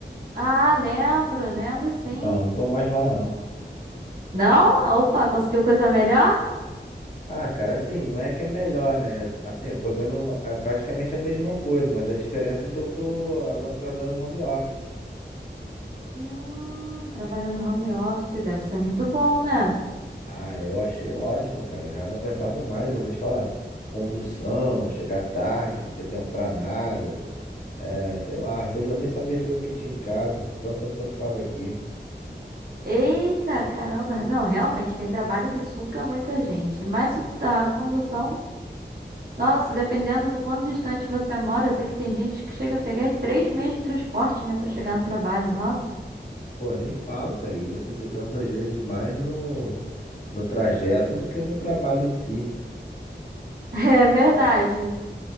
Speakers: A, on the right; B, on the left.
A: Ah, lembro, lembro sim.
B: Então, não tô mais lá não.
A: Não? Opa, conseguiu coisa melhor?
B: Ah, cara, assim, não é que é melhor, né? Assim, eu tô ganhando é, praticamente a mesma coisa, mas a diferença é que eu tô agora trabalhando home office.
A: Hum, trabalhando home office deve ser muito bom, né?
B: Ah, eu achei ótimo, cara. Eu já não aguentava mais, eu vou te falar. Condução, chegar tarde, não ter tempo pra nada. É, sei lá, às vezes eu nem sabia as coisas que tinha em casa, tanto tempo quando ficava aqui.
A: Eita, caramba. Não, realmente, tem trabalho que suga muita gente. Mas o- a condução, nossa, dependendo do quanto distante você mora, eu sei que tem gente que chega a pegar três meses de transporte, né, pra chegar no trabalho. Nossa.
B: Pô, nem fala, cara. E você se cansa às vezes mais no, no trajeto do que no trabalho em si.
A: <laughs> É verdade.